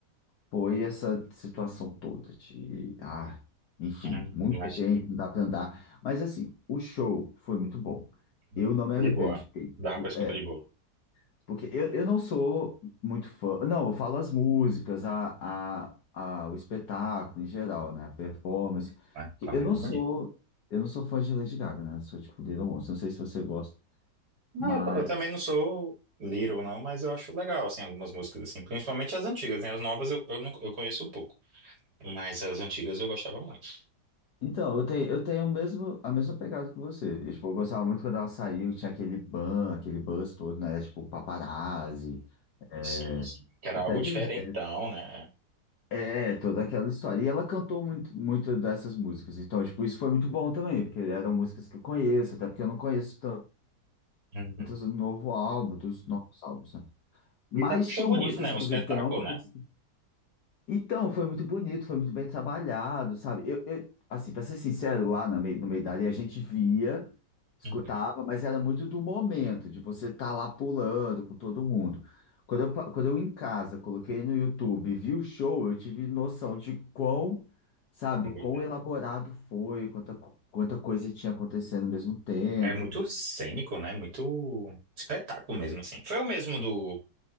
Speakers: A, on the left (about 65°); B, on the right (about 65°).
A: foi essa situação toda de, ah, enfim,
B: hum,
A: muita
B: imagina.
A: gente, não dá pra andar. Mas assim, o show foi muito bom.
B: Não,
A: Eu não me
B: Tá
A: arrependo
B: de boa.
A: de ter
B: Dava
A: ido.
B: pra escutar
A: É,
B: de boa.
A: porque eu, eu não sou muito fã. Não, eu falo as músicas, a, a, a, o espetáculo em geral, né? A performance.
B: Ah,
A: Que
B: tava
A: Eu não
B: mesmo
A: sou,
B: ali.
A: eu não sou fã de Lady Gaga, né? Sou tipo Little Monsters. Não sei se você gosta.
B: Não,
A: Mas.
B: eu, eu também não sou Little, não, mas eu acho legal, assim, algumas músicas, assim. Principalmente as antigas, né? As novas eu, eu, não, eu conheço pouco. Mas as antigas eu gostava muito.
A: Então, eu tenho, eu tenho o mesmo, a mesma pegada que você. Eu, tipo, eu gostava muito quando ela saiu, tinha aquele ban, aquele buzz todo, né? Tipo, paparazzi. é,
B: Sim, sim. Que era
A: Até
B: algo diferentão,
A: Just
B: né?
A: É, toda aquela história. E ela cantou muito, muito dessas músicas. Então, tipo, isso foi muito bom também, porque eram músicas que eu conheço, até porque eu não conheço
B: Uhum.
A: tantas do novo álbum, dos novos álbuns, né? Mas
B: E tava um show
A: tinham
B: bonito,
A: músicas,
B: né?
A: inclusive,
B: Um espetáculo,
A: que eu não conheço
B: né?
A: então, foi muito bonito, foi muito bem trabalhado, sabe? Eu, eu- assim, para ser sincero, lá no meio, no meio da areia a gente via, escutava,
B: Uhum.
A: mas era muito do momento, de você estar lá pulando com todo mundo. Quando eu, pa- quando eu em casa coloquei no YouTube e vi o show, eu tive noção de quão, sabe,
B: Foi,
A: quão
B: né?
A: elaborado foi, quanta, co- quanta coisa tinha acontecendo ao mesmo tempo.
B: É muito cênico, né? Muito espetáculo mesmo, assim. Foi o mesmo do,